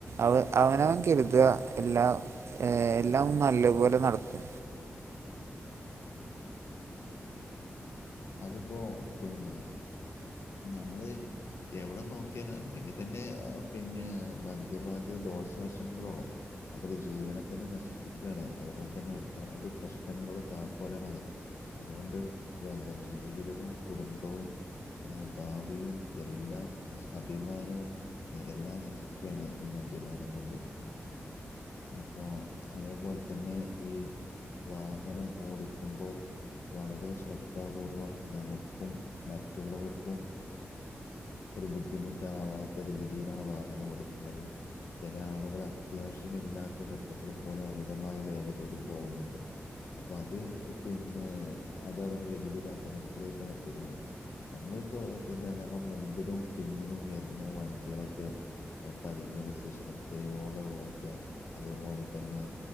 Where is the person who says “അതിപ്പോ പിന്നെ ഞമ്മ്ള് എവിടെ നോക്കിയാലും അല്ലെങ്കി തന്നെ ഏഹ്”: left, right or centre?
Left